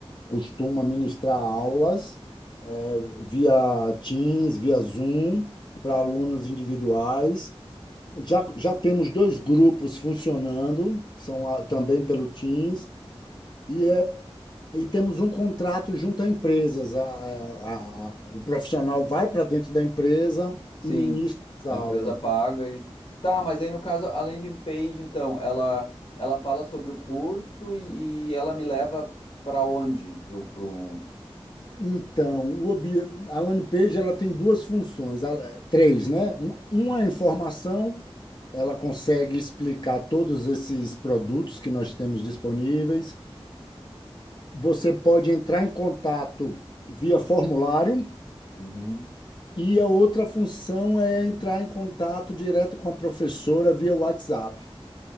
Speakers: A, on the left; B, on the left.
A: costuma ministrar aulas via Teams, via Zoom, para alunos individuais. Já, já temos dois grupos funcionando, são a- também pelo Teams, e é e temos um contrato junto a empresas. A, a- a- o profissional vai para dentro da empresa
B: Sim,
A: e ministra as aulas.
B: a empresa paga e tá, mas aí no caso a landing page, então, ela ela fala sobre o curso e, e ela me leva pra onde? Pro, pro...
A: Então, o obje- a landing page ela tem duas funções, ela- três, né? Um- Uma é informação, ela consegue explicar todos esses produtos que nós temos disponíveis. Você pode entrar em contato via formulário.
B: Uhum,
A: E a outra função é entrar em contato direto com a professora via WhatsApp.